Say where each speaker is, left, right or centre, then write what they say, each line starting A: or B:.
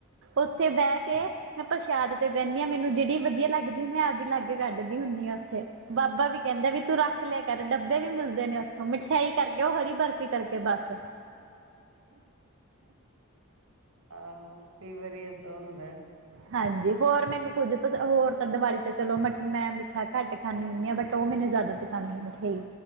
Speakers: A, on the right; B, on the right.
A: ਉੱਥੇ ਬਹਿ ਕੇ ਮੈਂ ਪ੍ਰਸ਼ਾਦ ਤੇ ਬਹਿੰਦੀ ਹਾਂ ਮੈਨੂੰ ਜਿਹੜੀ ਵਧੀਆ ਲਗਦੀ ਮੈਂ ਆਪਦੀ ਅੱਗ ਕੱਢਦੀ ਹੁੰਦੀ ਹਾਂ ਉੱਥੇ ਬਾਬਾ ਵੀ ਕਹਿੰਦੇ ਵੀ ਤੂੰ ਰੱਖ ਲਿਆ ਕਰ ਡੱਬੇ ਵੀ ਮਿਲਦੇ ਨੇ ਉੱਥੋਂ ਮਠਿਆਈ ਕਰਕੇ ਉਹ ਹਰੀ ਬਰਫ਼ੀ ਕਰਕੇ ਬਸ
B: ਆਹੋ ਕਈ ਵਾਰੀ ਏਦਾਂ ਹੁੰਦਾ
A: ਹਾਂਜੀ। ਹੋਰ ਮੈਨੂੰ ਕੁੱਝ ਪਸ ਹੋਰ ਤਾਂ ਦੀਵਾਲੀ ਤੇ ਚਲੋ ਮ ਮੈਂ ਮਿੱਠਾ ਘੱਟ ਖਾਂਦੀ ਹੁੰਦੀ ਹਾਂ। ਬਟ ਉਹ ਮੈਨੂੰ ਜ਼ਿਆਦਾ ਪਸੰਦ ਹਾਂਜੀ। ਮਿਠਯਾਈ